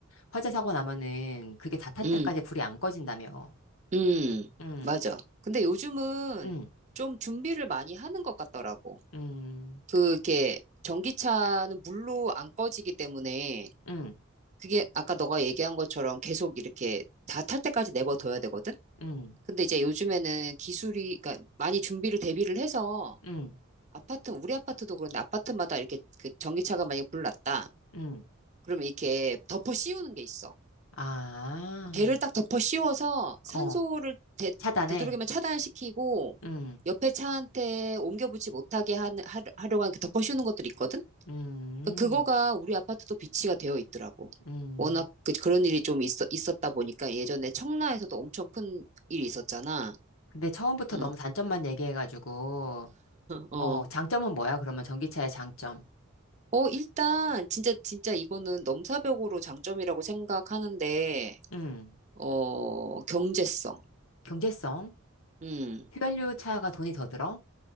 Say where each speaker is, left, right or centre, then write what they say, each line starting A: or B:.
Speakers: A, on the left (about 80°); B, on the right (about 35°).
A: 화재 사고 나면은 그게 다 탈
B: 음,
A: 때까지 불이 안 꺼진다며.
B: 음.
A: 응,
B: 맞아. 근데 요즘은
A: 응,
B: 좀 준비를 많이 하는 것 같더라고.
A: 응,
B: 그게, 전기차는 물로 안 꺼지기 때문에,
A: 응,
B: 그게 아까 너가 얘기한 것처럼 계속 이렇게 다 탈 때까지 내버려둬야 되거든?
A: 응.
B: 근데 이제 요즘에는 기술이, 그러니까 많이 준비를 대비를 해서
A: 응
B: 아파트, 우리 아파트도 그런데 아파트마다 이렇게 그 전기차가 만약에 불났다.
A: 응
B: 그러면 이렇게 덮어 씌우는 게 있어.
A: 아,
B: 걔를 딱 덮어 씌워서 산소를
A: 어,
B: 되,
A: 차단해.
B: 되도록이면 차단시키고
A: 응
B: 옆에 차한테 옮겨붙지 못하게 하, 하, 하려고 하는 그 덮어 씌우는 것들이 있거든?
A: 음,
B: 그러니까 그거가 우리 아파트도 비치가 되어 있더라고.
A: 음.
B: 워낙 그, 그런 일이 좀 있어, 있었다 보니까 예전에 청라에서도 엄청 큰 일이 있었잖아.
A: 근데 처음부터
B: 응,
A: 너무 단점만 얘기해가지고,
B: 어.
A: 어, 장점은 뭐야? 그러면 전기차의 장점.
B: 어, 일단, 진짜, 진짜 이거는 넘사벽으로 장점이라고 생각하는데,
A: 응
B: 어, 경제성.
A: 경제성?
B: 음.
A: 휘발유 차가 돈이 더 들어?